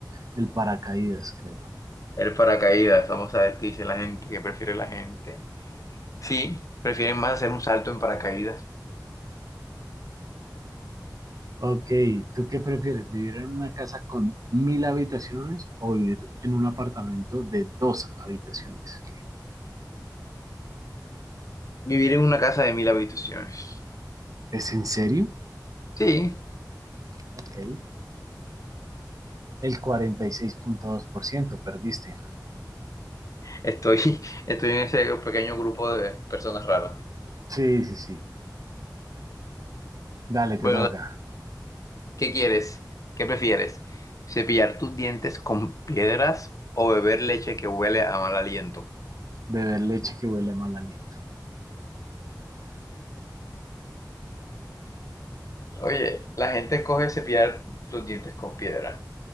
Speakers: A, on the right; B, on the left.
A: el paracaídas, creo.
B: El paracaídas, vamos a ver qué dice la gente, qué prefiere la gente. Sí, prefieren más hacer un salto en paracaídas.
A: Ok, ¿tú qué prefieres? ¿Vivir en una casa con mil habitaciones o vivir en un apartamento de dos habitaciones?
B: Vivir en una casa de mil habitaciones.
A: ¿Es en serio?
B: Sí,
A: Ok, el cuarenta y seis punto dos por ciento perdiste.
B: estoy, <laughs> estoy en ese pequeño grupo de personas raras.
A: Sí, sí, sí. Dale, te
B: Bueno,
A: toca.
B: da- ¿qué quieres? ¿Qué prefieres? ¿Cepillar tus dientes con piedras o beber leche que huele a mal aliento?
A: Beber leche que huele a mal aliento.
B: Oye, la gente coge cepillar los dientes con piedra.